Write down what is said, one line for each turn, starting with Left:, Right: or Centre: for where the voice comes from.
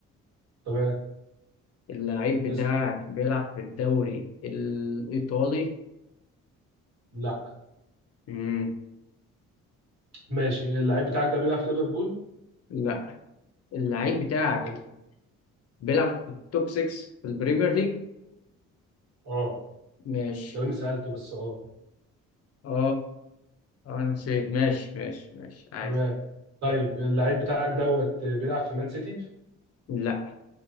Right: تمام
Left: اللعيب
Right: اسأل
Left: بتاعك بيلعب في الدوري الايطالي
Right: لا
Left: امم
Right: ماشي اللعيب بتاعك ده بيلعب في ليفربول
Left: لا اللعيب بتاعك
Right: تمام
Left: بيلعب في التوب 6 في البريمير ليج
Right: اه
Left: ماشي
Right: لو اني سالته بس اه
Left: اه آه، انا نسيت ماشي ماشي ماشي عادي
Right: تمام طيب اللعيب بتاعك دوت بيلعب في مان سيتي
Left: لا